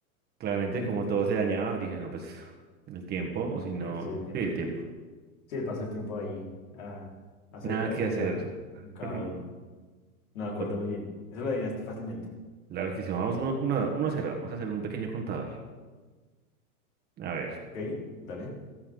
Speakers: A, on the right; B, on the left.
A: Claramente,
B: Sí,
A: como
B: perfecto.
A: todo se dañaba, dije, no, pues el tiempo, o si no,
B: Tiene que ser el tiempo.
A: sí, el tiempo.
B: Sí, el paso del tiempo ahí ah, hace,
A: Nada
B: acierta
A: que hacer.
B: en cada
A: <laughs>
B: uno. No, acuerdo
A: Lo-
B: muy bien. Eso lo adivinaste fácilmente.
A: Claro que sí, vamos uno, uno, uno a cero. Vamos a hacer un pequeño contador. A ver,
B: Ok, dale.